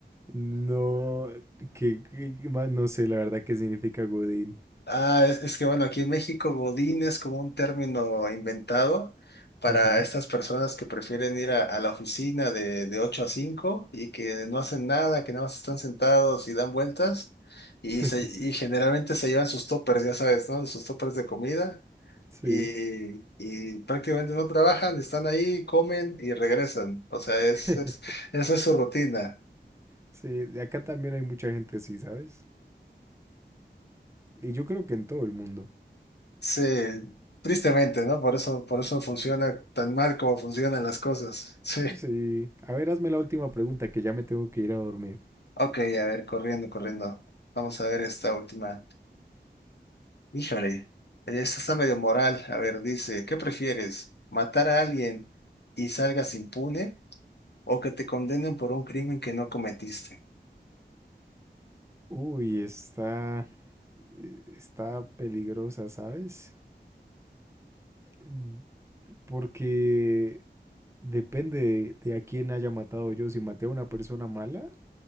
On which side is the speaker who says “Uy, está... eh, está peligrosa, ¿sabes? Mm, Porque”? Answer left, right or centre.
Right